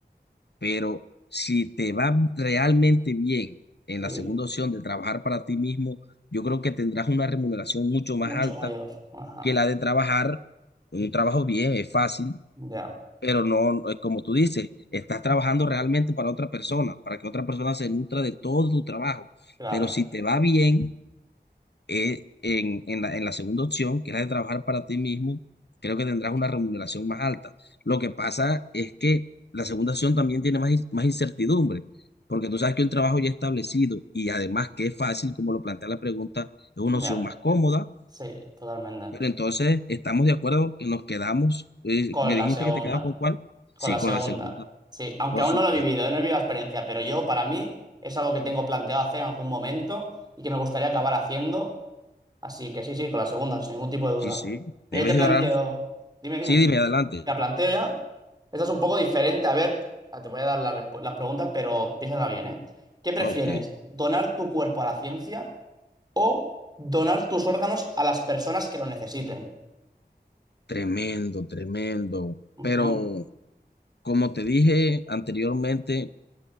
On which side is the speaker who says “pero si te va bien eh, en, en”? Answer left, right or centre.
Left